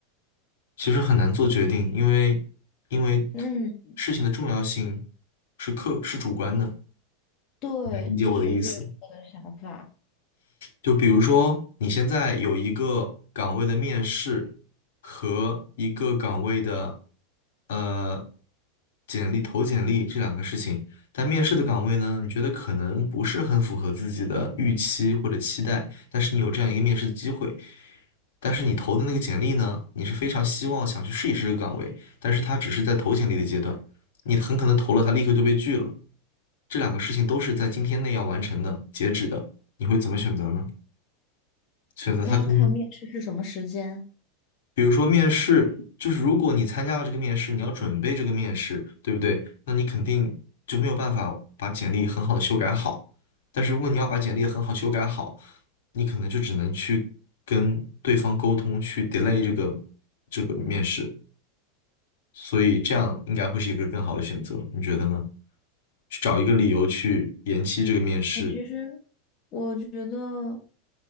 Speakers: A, on the left (about 80°); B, on the left (about 25°).
A: 其实很难做决定，因为因为
B: 嗯，
A: 事情的重要性是客是主观的，
B: 对，
A: 理解我的意思。
B: 就是这是我的想法。
A: 就比如说，你现在有一个岗位的面试和一个岗位的呃简历投简历这两个事情，但面试的岗位呢，你觉得可能不是很符合自己的预期或者期待，但是你有这样一个面试的机会，但是你投的那个简历呢，你是非常希望想去试一试这个岗位，但是它只是在投简历的阶段，你很可能投了，它立刻就被拒了。这两个事情都是在今天内要完成的，截止的，你会怎么选择呢？选择它更多，
B: 那要看面试是什么时间。
A: 比如说面试，就是如果你参加了这个面试，你要准备这个面试，对不对？那你肯定就没有办法把简历很好的修改好。但是如果你要把简历很好修改好，你可能就只能去跟对方沟通，去 delay 这个这个面试。所以这样应该会是一个更好的选择，你觉得呢？去找一个理由去延期这个面试。
B: 我其实我觉得